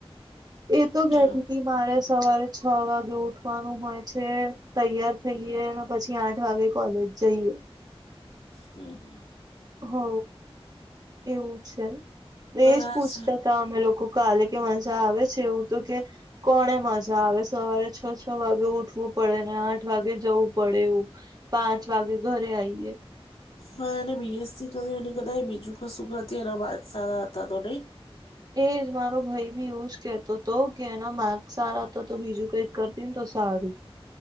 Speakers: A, on the right; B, on the left.
A: એ તો કેતીતી
B: એવું
A: મારે સવારે છ વાગે ઉઠવાનું હોય છે. તૈયાર થઈએ અને પછી આઠ વાગે કોલેજ જઈએ.
B: હમ હમ
A: હવ, એવું છે
B: બસ
A: એજ પૂછતા હતા અમે લોકો. કાલે કે મજા આવે છે એવું તો કે. કોને મજા આવે સવારે છ છ વાગે ઉઠવું પડે ને આઠ વાગે જવું પડે એવું. પાંચ વાગે ઘરે આઈએ.
B: મારે બી એસ સી કર્યું અને કદાચ બીજું કશું કરતી એના માર્ક સારા હતા તો નઈ.
A: એજ મારો ભાઈ બી એવું જ કેતો હતો કે એના માર્ક સારા હતા તો બીજું કઈક કરતે ને તો સારું.